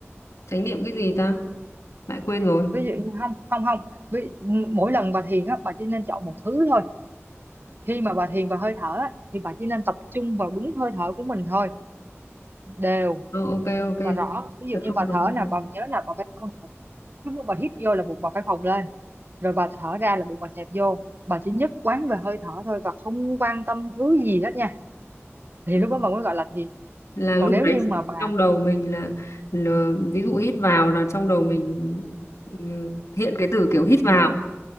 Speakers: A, on the left; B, on the right.
A: chánh niệm cái gì ta lại quên rồi
B: ví dụ như không không không ví, mỗi lần bà thiền á bà chỉ nên chọn một thứ thôi khi mà bà thiền vào hơi thở á, thì bà chỉ nên tập trung vào đúng hơi thở của mình thôi đều
A: Ờ, ok ok
B: và rõ ví dụ
A: tập
B: như
A: trung
B: bà
A: vào
B: thở
A: hơi
B: là
A: thở.
B: bà nhớ là bà phải đúng rồi bà hít vô là bụng bà phải phồng lên rồi bà thở ra là bụng bà xẹp vô bà chỉ nhất quán về hơi thở thôi và không quan tâm thứ gì hết nha thì
A: Ừ,
B: lúc đó bà mới gọi là thiền
A: là
B: còn
A: lúc
B: nếu
A: đấy
B: như mà bà
A: trong đầu mình là, là ví dụ hít vào là trong đầu mình ừ, hiện cái từ kiểu hít vào
B: chỉ có